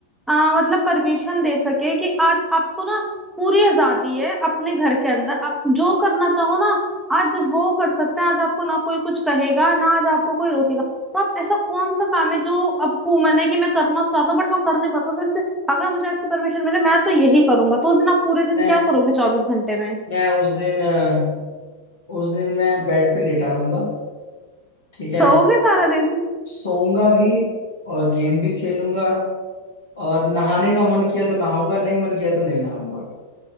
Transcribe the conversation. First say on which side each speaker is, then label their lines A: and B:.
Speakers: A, in the centre; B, on the left.
A: आ, मतलब परमिशन दे सके कि आज आपको ना पूरी आजादी है अपने घर के अंदर आप जो करना चाहो ना आज वो कर सकते हैं आज आपको ना कोई कुछ कहेगा ना आज आपको कोई रोकेगा तो आप ऐसा कौन सा काम है जो आपको मन है कि मैं करना चाहता हूँ बट मैं कर नहीं पाता तो इसलिए अगर मुझे ऐसी परमिशन मिले मैं तो यही करूंगा तो उस दिन आप पूरे दिन
B: मैं
A: क्या करोगे चौबीस घंटे में
B: मैं उस दिन अ, उस दिन मैं बेड पे लेटा रहूंगा ठीक है
A: सोओगे सारा दिन
B: सोऊंगा भी और गेम भी खेलूंगा और नहाने का मन किया तो नहाऊंगा नहीं मन किया तो नहीं नहाऊंगा